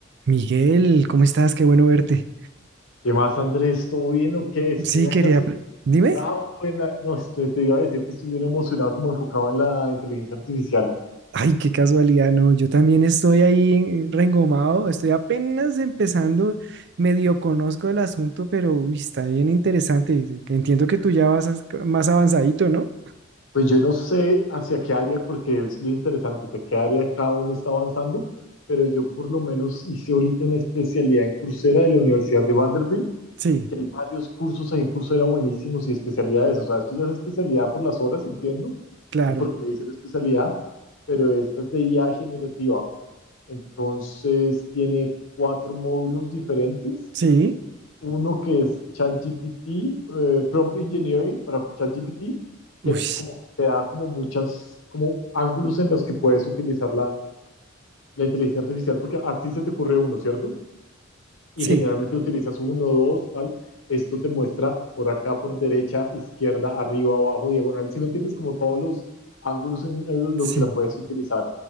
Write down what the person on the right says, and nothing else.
Miguel, ¿cómo estás? Qué bueno verte.
Sí,
quería...
pre- Dime.
Ay, qué casualidad, no. Yo también estoy ahí en- reengomado, estoy apenas empezando, medio conozco el asunto, pero uy, está bien interesante. que Entiendo que tú ya vas as- más avanzadito, ¿no?
Sí,
claro.
Sí.
Uy,
sí,
sí.